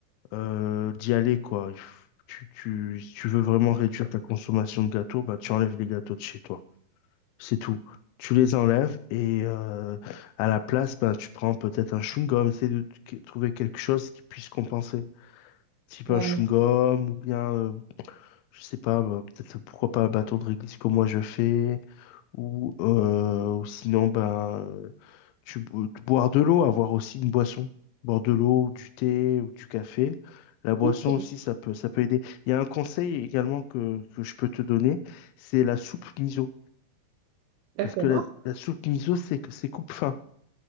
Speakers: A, on the left; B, on the right.
A: euh, d'y aller, quoi. Il f- Tu, tu, si tu veux vraiment réduire ta consommation de gâteaux, bah, tu enlèves les gâteaux de chez toi. C'est tout. Tu les enlèves et euh, à la place, bah, tu prends peut-être un chewing-gum. Essaye de t- que- trouver quelque chose qui puisse compenser. Type
B: ouais.
A: un chewing-gum ou bien euh, je sais pas, bah, peut-être pourquoi pas un bâton de réglisse comme moi je fais, ou, euh, ou sinon, ben, euh, tu, bo- boire de l'eau, avoir aussi une boisson, boire de l'eau, du thé ou du café. La boisson
B: Oui.
A: aussi, ça peut, ça peut aider. Il y a un conseil également que, que je peux te donner, c'est la soupe miso.
B: D'accord.
A: Parce que la, la soupe miso, c'est que c'est coupe-faim.